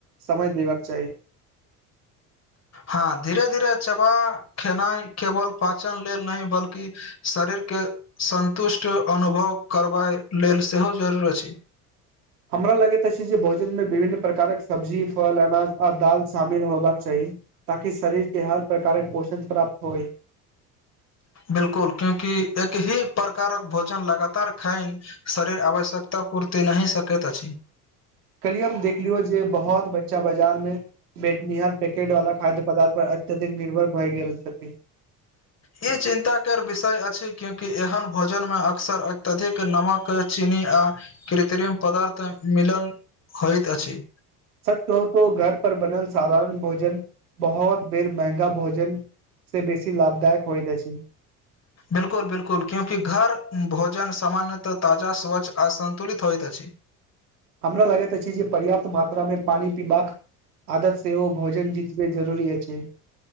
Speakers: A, on the right; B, on the left.
A: समय देबाक चाही।
B: हां धीरे-धीरे चबा खेनाइ केवल पाचन लेल नै बल्कि शरीरके सन्तुष्ट अनुभव करबा लेल सेहो जरूर अछि।
A: हमरा लगैत अछि जे भोजन मे विभिन्न प्रकारक सब्जी, फल, अनाज आ दाल शामिल होयबाक चाही। ताकि शरीर के हर प्रकारके पोषक प्राप्त होए।
B: बिल्कुल क्योंकि किसी एक ही प्रकारके भोजन लगातार खाइ। शरीर आवश्यकता पूर्ति नै सकैत अछि।
A: कल्हि हम देखलियो, जे बहुत बच्चे मीना बाजार मे बेटनिहार पैकेट वला खाद्य पदार्थ पर अत्यधिक निर्भर भए गेल छथि।
B: ई चिन्ता कर विषय अछि, क्यूंकि एहन भोजनमे अक्सर अत्यधिक नमक तऽ चीनी आ कृत्रिम पदार्थ मिलन होइत अछि।
A: सच कहूं तो घर पर बनल साधारण भोजन बहुत बेर मेहगा भोजन से बेसी लाभदायक होइत अछि।
B: बिलकुल-बिल्कुल क्योकि घर भोजन सामान्यतः ताजा स्वच्छ आ सन्तुलित होइत अछि।
A: हमरा लगैत अछि, जे पर्याप्त मात्रामे पानी पीबाक आदत सेहो भोजन जीतबे जरूरी अछि।